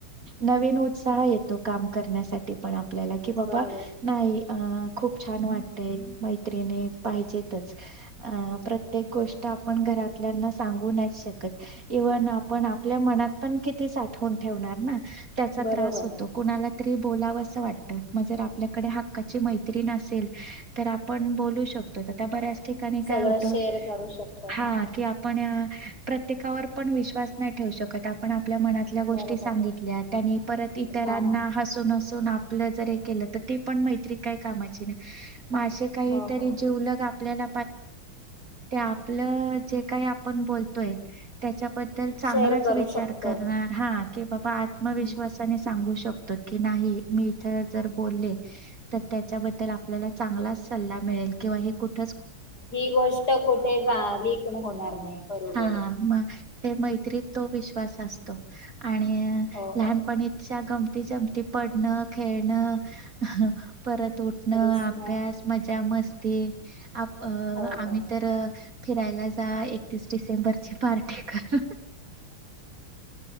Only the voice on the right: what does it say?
नविनंती उत्साह येत काम करण्यासाठी पण, आपल्याला की बाबा
नाही, अ खूप छान वाटतय मैत्र्रीिणी पाहिजेतच अ प्रत्येक गोष्ट आपण घरातल्यांना सांगून शकत इव्हन आपण आपल्या मनात पण किती साठवून ठेवणार ना? त्याचा
त्रास होतो कुणाला तरी बोलाव वाटत मग जर आपल्याकडे हक्काची मैतरीन असेल तर आपण बोलू शकतो बऱ्या ठिकाणी
काय होत,
हा की आपण प्रत्येकावर पण विश्वास नाही ठेवू शकत पण आपल्या मनातल्या गोष्टी
सांगितल्या त्यांनी परत इतरांना
हसून आपलं जर हे केलं तर ते पण मैत्री काय कामा मग असे काहीतरी
जीवलग आपल्याला आपलं जे काही आपण बोलतोय त्याच्याबद्ल तर चांगलाच
विचार
करणार हात बाबा आत्मविश्वासाने
सांगू शकत नाही मी इथ जर बले तर त्याच्याबद्दल आपल्याला चांगला सल्ला मिळेल किंवा हे कुठ
हा मग ते मैत्रीत तो विश् विस असतो आणि
लहानपणीच
गमती जमती पडणं खेळणं परत उठणं
अभ्यास मजा मस्त ते आप अ
आम्ही
तर फिरायला जा एकतीस डिसेंबरची पार्टी कर